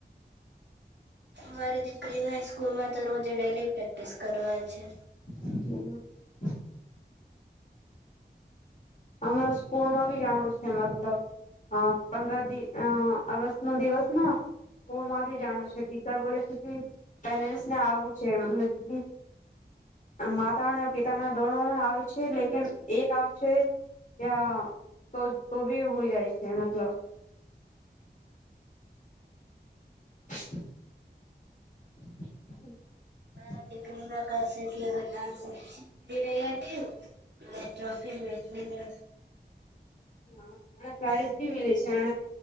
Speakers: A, on the right; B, on the left.
A: મારી દીકરી ના સ્કૂલ માં તો રોજે ડેલી પ્રેક્ટિસ કરવા છે.
B: <unintelligible> અમે સ્કૂલમાં ભી જાણું છે મતલબ હા પંદર દિવ અગસ્ટત નો દિવસ ના સ્કૂલ માં બી જાણું છે ટીચર બોલે છે પેરેન્ટ્સ ને આવું છે મતલબ માતા ના પિતા નાને દોનો ના આવે છે લેકીન એક આ છે યા તો તો બી હોય જાય છે મતલબ <unintelligible> <unintelligible>
A: <unintelligible> એ ટ્રોફી મેલતી ને
B: હા અને પ્રાઈઝ ભી મીલે છે.